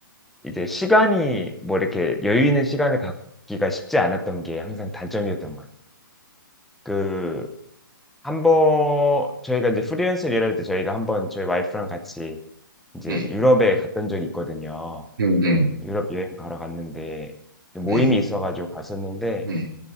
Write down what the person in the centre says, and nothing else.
이제 시간이 뭐 이렇게 여유 있는 시간을 갖기가 쉽지 않았던 게 항상 단점이었던 것 같아요. 그, 한 번, 저희가 이제 프리랜서 일할 때 저희가 한번 저희 와이프랑 같이 이제
유럽에 갔던 적이 있거든요.
유럽 여행 가러 갔는데 모임이
있어가지고 갔었는데